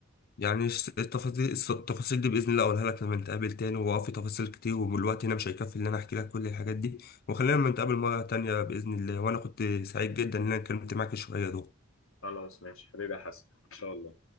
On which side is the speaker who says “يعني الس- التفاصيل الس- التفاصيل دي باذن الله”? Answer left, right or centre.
Left